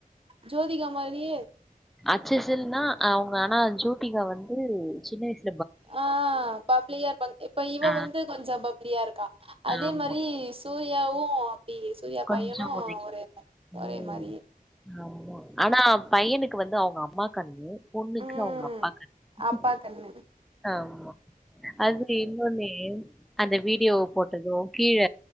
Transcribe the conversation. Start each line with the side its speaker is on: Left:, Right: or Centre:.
Right: ஜோதிகா மாரியே
Centre: அச்சு அசல்னா அவுங்க அனா ஜோதிகா வந்து சின்ன வயசு
Right: ஆ பப்ளியா இருப்பாங்க இப்ப இவ
Centre: ஆ,
Right: வந்து கொஞ்சோ பப்ளியா இருக்கா அதே
Centre: ஆமா
Right: மாதிரி சூர்யாவு அப்டி சூர்யா
Centre: கொஞ்சம்
Right: பையனு ஒரே மா ஒரே
Centre: உம்
Right: மாதிரி
Centre: ஆமா ஆனா பையனுக்கு வந்து அவுங்க அம்மா கண்ணு பொண்ணுக்கு
Right: ம்
Centre: அவுங்க அப்பா கண்ணு
Right: அப்பா கண்ணு
Centre: ஆமா அதுல இன்னொன்னு அந்த வீடியோ போட்டது கீழ